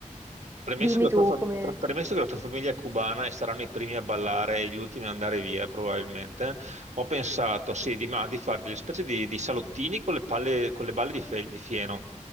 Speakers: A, on the right (about 60°); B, on the right (about 20°).
A: Premesso
B: dimmi
A: che la tua,
B: tu
A: fam-
B: come...
A: pre- premesso che la tua famiglia è cubana e saranno i primi a ballare e gli ultimi ad andare via, probabilmente, ho pensato sì, di, ma- di fare delle specie di, di salottini con le palle- con le balle di, fe- di fieno.